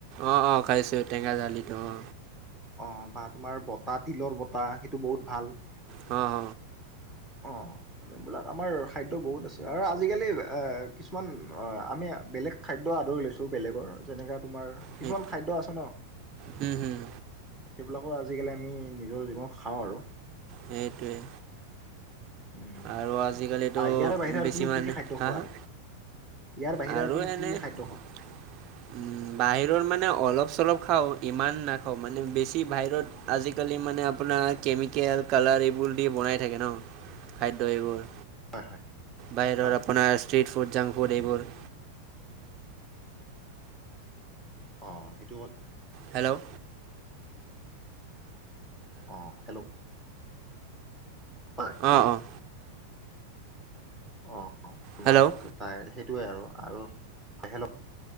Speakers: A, on the right (about 25°); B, in the centre.
A: অ অ খাইছো টেঙা জালিতো অ।
B: অ বা তোমাৰ বতাহ তিলৰ বতাহ সেইটো বহুত ভাল।
A: হ হ
B: অ এইবিলাক আমাৰ খাদ্য বহুত আছে আৰু আজিকালি এ কিছুমান অ আমি বেলেগ খাদ্য। আদৰি লৈছো বেলেগৰ যেনেককা তোমাৰ
A: সেই
B: কিছুমান খাদ্য আছে ন।
A: হুম হুম
B: সেইবিলাকো আজিকালি আমি নিজৰ জীৱনত খাওঁ আৰু।
A: সেইটোৱেই।
B: উম
A: আৰু আজিকালিতো
B: ইয়াৰে বাহিৰে আৰু
A: বেছিমান
B: তুমি কি কি খাদ্য
A: হাঁ
B: খোৱা
A: হা।
B: আৰু ইয়াৰ বাহিৰে
A: আৰু
B: তুমি
A: এনে
B: কি কি
A: উম
B: খাদ্য খোৱা
A: বাহিৰৰ মানে অলপ চলপ। খাওঁ ইমান নাখাওঁ মানে বেছি বাহিৰত আজিকালি মানে আপোনাৰ কেমিকেল কালাৰ এইবোৰ। ফুল দি বনাই থাকে ন খাদ্য এইবোৰ।
B: হয় হয়
A: বাহিৰৰ
B: হয়
A: আপোনাৰ ষ্ট্ৰিট ফুড, জাংক ফুড এইবোৰ
B: অ সেইটো ক
A: হেল্ল'!
B: অ হেল্ল'! প শুনি
A: অঁ অঁ
B: অ, তোমাক
A: হেল্ল'
B: তাই সেইটোৱে আৰু আৰু হয় হেল্ল